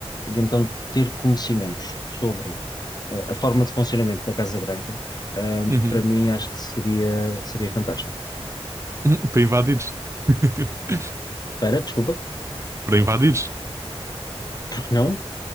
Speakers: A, on the left; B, on the right.
A: E então ter conhecimentos sobre a a forma de funcionamento da Casa Branca, ahm,
B: uhum,
A: para mim acho que seria, seria fantástico.
B: <laughs> Hum, Para invadires. <laughs>
A: Para, desculpa,
B: Para invadires.
A: porque não?